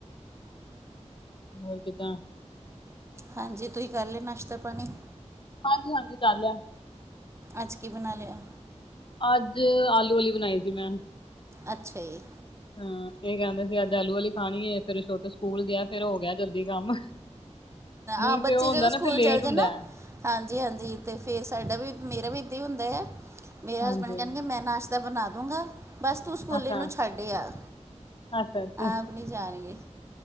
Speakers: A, on the left; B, on the right.
A: ਹੋਰ ਕਿਦਾਂ?
B: ਹਾਂਜੀ ਤੁਸੀਂ ਕਰ ਲਿਆ ਨਾਸ਼ਤਾ-ਪਾਣੀ?
A: ਹਾਂਜੀ-ਹਾਂਜੀ ਕਰ ਲਿਆ।
B: ਅੱਜ ਕੀ ਬਣਾ ਲਯਾ?
A: ਅੱਜ ਆਲੂ ਵਾਲੀ ਬਣਾਈ ਸੀ ਮੈਂ
B: ਅੱਛਾ ਜੀ।
A: ਹਾਂ ਇਹ ਕਹਿੰਦੇ ਸੀ ਅੱਜ ਆਲੂ ਵਾਲੀ ਖਾਣੀ ਏ ਫੇਰ ਛੋਟੂ ਸਕੂਲ ਗਿਆ ਫੇਰ ਹੋ ਗਿਆ ਜਲਦੀ ਕੰਮ। ਨਹੀਂ
B: ਆ ਬੱਚੇ
A: ਤੇ ਉਹ ਹੁੰਦਾ
B: ਜਦੋਂ ਸਕੂਲ
A: ਨਾ ਫੇਰ ਲੇਟ
B: ਚਲ ਜ
A: ਹੁੰਦਾ
B: ਨਾ
A: ਹੈ
B: ਹਾਂਜੀ-ਹਾਂਜੀ ਤੇ ਫੇਰ ਸਾਡਾ ਵੀ ਮੇਰਾ ਵੀ ਏਦਾਂ ਹੀ ਹੁੰਦਾ ਆ ਮੇਰਾ
A: ਹਾਂਜੀ
B: ਹਸਬੈਂਡ ਕਹਿਣਗੇ ਮੈਂ ਨਾਸ਼ਤਾ ਤਾਂ ਬਣਾ ਦੂੰਗਾ ਬਸ ਤੂੰ ਸਕੂੱਲ
A: ਅੱਛਾ
B: ਇਨੂੰ ਛੱਡ ਆ
A: ਅੱਛਾ ਅੱਛਾ
B: ਆਪ ਨੀ ਜਾਣਗੇ।